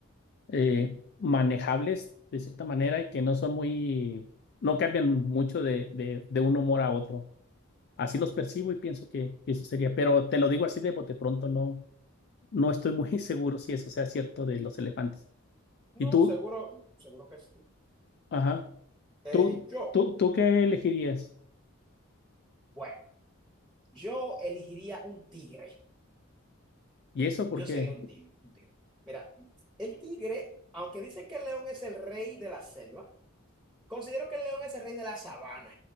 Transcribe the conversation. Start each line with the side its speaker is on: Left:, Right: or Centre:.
Left: eh, manejables de cierta manera y que no son muy, no cambian mucho de, de de un humor a otro. Así los percibo y pienso que eso sería, pero te lo digo así de bote pronto, no, no estoy muy <laughs> seguro si eso sea cierto de los elefantes. ¿Y
Centre: No,
Left: tú?
Centre: seguro, seguro que sí.
Left: Ajá.
Centre: Eh,
Left: ¿Tú,
Centre: yo,
Left: tú, tú qué elegirías?
Centre: Bueno, yo elegiría un tigre.
Left: ¿Y eso por
Centre: Yo
Left: qué?
Centre: sería un tigre, un tigre. Mira, el tigre, aunque dicen que el león es el rey de la selva, considero que el león es el rey de la sabana,